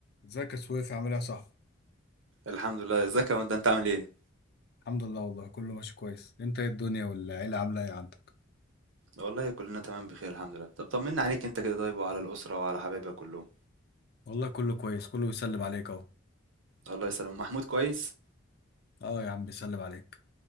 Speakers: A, on the left; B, on the right.
A: ازيك يا سويف عامل ايه يا صاحبي
B: الحمد لله ازيك يا واد انت عامل ايه
A: الحمد لله والله كله ماشي كويس انت ايه الدنيا والعيلة عاملة ايه عندك
B: والله كلنا تمام بخير الحمد لله طب طمنا عليك انت كده طيب وعلى الاسره وعلى حبايبك كلهم
A: والله كله كويس كله بيسلم عليك اهو
B: الله يسلم محمود كويس
A: اه يا عم بيسلم عليك